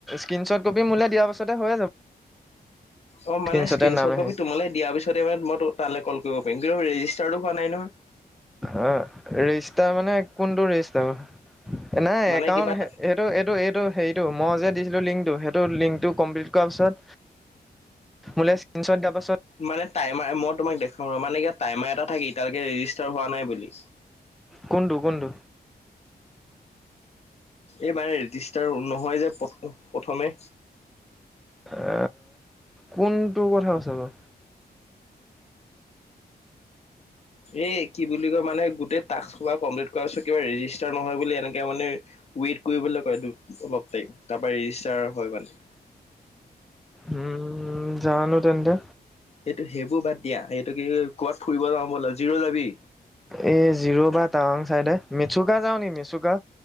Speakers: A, in the centre; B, on the left (about 40°).
A: স্কিনচৰ্ট কপি মোলে দিয়াৰ পাছতে হৈয়ে যাব।
B: অ
A: স্ক্ৰীনশ্বটে
B: মানে স্ক্ৰীনচত
A: নাম আহি
B: কপি তোমালে দিয়াৰ পিছতে মানে মই তালে ক'ল কৰিব পাৰিম কিন্তু ৰেজিষ্টাৰটো হোৱা নাই নহয়।
A: অ ৰেজিষ্টাৰ মানে কোনটো ৰেজিষ্টাৰ নাই
B: মানে
A: একাউণ্ট
B: কিবা এটা
A: সেইটো এইটো এইটো হেৰিটো মই যে দিছিলো লিংকটো সেইটো লিংক টো কমপ্লিট কৰা পিছত মোলে স্ক্ৰীনশ্বট দিয়াৰ পাছত
B: মানে টাইমাৰ মই তোমাক দেখুৱাম ৰ মানে ইয়াত টাইমাৰ এটা থাকে ইতা ৰেজিষ্টাৰ হোৱা নাই বুলি।
A: কোনটো কোনটো
B: এই মানে ৰেজিষ্টাৰ নহয় যে প্ৰ প্ৰথমে।
A: আ কোনটো কথা কৈছা বাৰু?
B: এ কি বুলি কয় মানে গোটেই টাস্কসোপা কমপ্লিট কৰাৰ কিবা ৰেজিষ্টাৰ নহয় বুলি এনেকে মানে ৱেইট কৰিবলে কয় এইটো তাৰপৰা ৰেজিষ্টাৰ হয় মানে।
A: উম--জানো তেন্তে।
B: এইটো সেইবোৰ বাদ দিয়া এইটো কি ক'বাত ফুৰিব যাওঁ বলা জি'ৰ যাবি?
A: এই জিৰ বা টাৱাং চাইডে মেচুকা যাও নি মেচুকা?